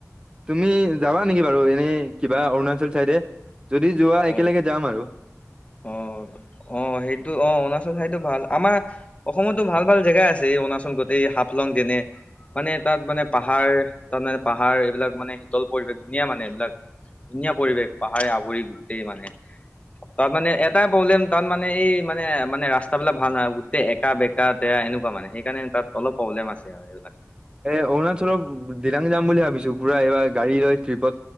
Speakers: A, on the right; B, on the left.
A: তুমি যাবা নেকি বাৰু এনেই কিবা অৰুণাচল চাইডে যদি যোৱা
B: অ
A: একেলগে যাম আৰু।
B: অ অ সেইটো অ অৰুণাচল ঠাইতো ভাল আমাৰ অসমতো ভাল ভাল জেগা আছে এই অৰুণাচল গ তাতে সাফ লং যেনে। মানে তাত মানে পাহাৰ তাত মানে পাহাৰ এইবিলাক মানে শীতল পৰিৱেশ ধুনীয়া মানে এইবিলাক। ধুনীয়া পৰিৱেশ পাহাৰে আৱৰি গোটেই মানে তাত মানে এ এটা প্ৰব্লেম তাত মানে এই মানে মানে ৰাস্তাবিলাক ভাল নহয় গোটেই একা- বেকা তেয়া এনেকুৱা মানে সেইকাৰণে তাত। অলপ প্ৰব্লেম আছে আৰু এইবিলাক।
A: এ অৰুণাচলৰ দিলাং যাম বুলি ভাবিছোঁ পুৰা এইবাৰ গাড়ী লৈ ট্ৰিপত।